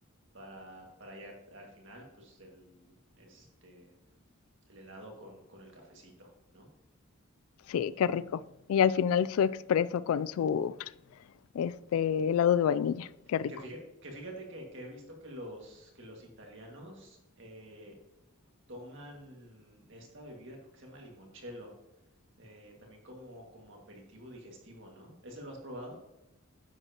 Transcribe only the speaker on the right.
para, para ya al final, pues el, este, el helado con, con el cafecito, ¿no?
Que fíjate que, fíjate que, que he visto que los, que los italianos eh, toman esta bebida, creo que se llama limoncello, eh, también como, como aperitivo digestivo, ¿no? ¿Ese lo has probado?